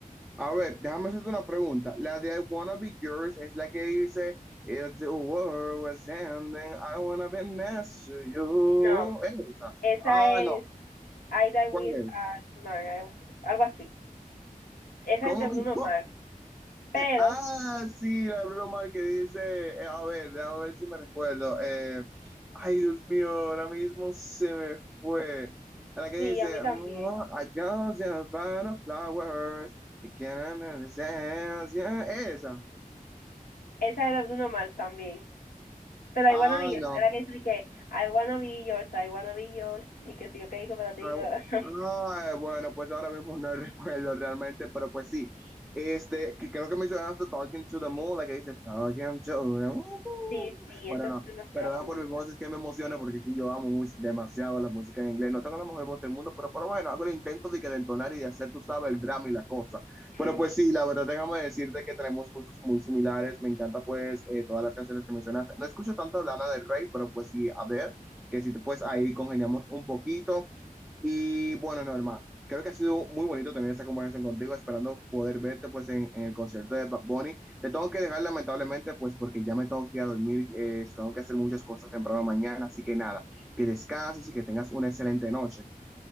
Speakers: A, in the centre; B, on the left (about 85°).
A: A ver, déjame hacerte una pregunta. La de I Wanna Be Yours es la que dice, If the world was ending, I wanna be next to you.
B: No,
A: ¿Es esa?
B: esa
A: Ah, no.
B: es I Die With
A: ¿Cuál es?
B: a Smile, algo así. Esa
A: ¿Cómo
B: es de Bruno
A: que? no?
B: Mars, pero
A: Ah, sí, la de Bruno Mars que dice, eh, a ver, déjame ver si me recuerdo. Eh, ay, Dios mío, ahora mismo se me fue. La que
B: sí,
A: dice,
B: a mí también.
A: "Oh, I got just by the flowers, you can't understand. Yeah, esa.
B: Esa era uno más también. Pero
A: Ah,
B: I wanna be yours,
A: no,
B: era que sí que I wanna be yours, I wanna be yours. Y que sí, yo que digo para ti.
A: Ah,
B: digo,
A: bu-
B: <laughs>
A: ah, bueno, pues ahora mismo no <laughs> recuerdo realmente, pero pues sí. Este, que creo que mencionaste Talking to the Moon, la que dice Talking to the Moon.
B: Sí, sí,
A: Bueno,
B: esa
A: no,
B: es demasiado
A: perdón
B: bonita.
A: por mi voz, es que me emociona porque aquí yo amo mus- demasiado la música en inglés. No tengo la mejor voz del mundo, pero, pero bueno, hago el intento de que de entonar y de hacer, tú sabes, el drama y la cosa.
B: <laughs>
A: Pero pues sí, la verdad, déjame decirte que tenemos gustos muy similares. Me encanta, pues, eh, todas las canciones que mencionaste. No escucho tanto Lana del Rey, pero pues sí, a ver, que si te, pues ahí congeniamos un poquito. Y bueno, Norma, creo que ha sido muy bonito tener esa conversación contigo, esperando poder verte pues en, en el concierto de Bad Bunny. Te tengo que dejar lamentablemente pues porque ya me tengo que ir a dormir, eh, tengo que hacer muchas cosas temprano mañana, así que nada, que descanses y que tengas una excelente noche.